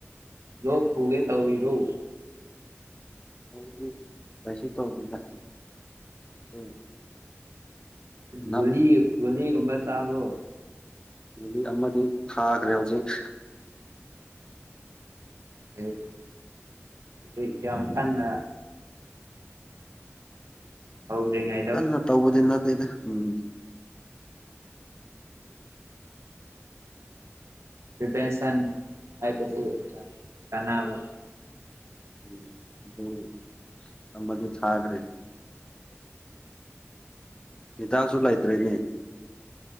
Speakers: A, on the right; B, on the left.
A: ꯂꯣꯛ ꯈꯨꯒꯦ ꯇꯧꯔꯤꯔꯣ
B: ꯑꯩꯗꯤ ꯀꯩꯁꯨ ꯇꯧꯗꯦꯗ ꯎꯝ ꯅꯞ
A: ꯒꯨꯂꯤ ꯒꯨꯂꯤꯒꯨꯝꯕ ꯆꯥꯕ꯭ꯔꯣ
B: ꯒꯨꯂꯤ ꯑꯃꯗꯤ ꯊꯥꯒꯔꯦ ꯍꯧꯖꯤꯛ
A: ꯑꯣꯀꯦ ꯑꯣꯀꯦ ꯍꯧꯖꯤꯛ ꯌꯥꯝ ꯀꯟꯅ ꯍꯧꯗ꯭ꯔꯤꯉꯩ
B: ꯀꯟꯅ ꯇꯧꯕꯗꯤ ꯅꯠꯇꯦꯗ ꯎꯝ
A: ꯄ꯭ꯔꯤꯚꯦꯟꯁꯟ ꯍꯥꯏꯕꯁꯦ ꯌꯥꯝ ꯀꯥꯟꯅꯕꯅꯤ
B: ꯎꯝ ꯑꯗꯨꯒꯤꯅꯤ ꯑꯃꯗꯨ ꯊꯥꯈ꯭ꯔꯤꯗꯣ ꯍꯤꯗꯥꯛꯁꯨ ꯂꯩꯇ꯭ꯔꯦꯅꯦ